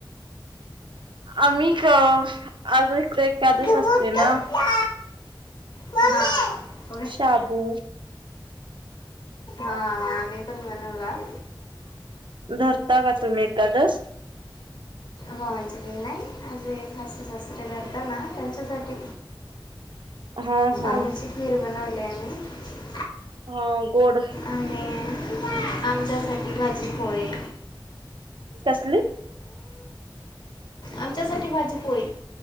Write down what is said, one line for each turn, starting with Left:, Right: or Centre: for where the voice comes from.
Right: आम्ही आज एक एकादस
Left: गहू
Right: असते ना.
Left: तुटला हा हा
Right: शाबू
Left: हा. मी पण बनवणार.
Right: धरता का तुम्ही एकदास.
Left: हो म्हणजे मी नाही जे सासू सासरे धरत ना त्यांच्यासाठी.
Right: हा हा
Left: आमची खीर बनवले. आम्ही.
Right: हा गोड.
Left: आणि आमच्यासाठी भाजी पोळी.
Right: कस..
Left: आमच्यासाठी भाजी पोळी.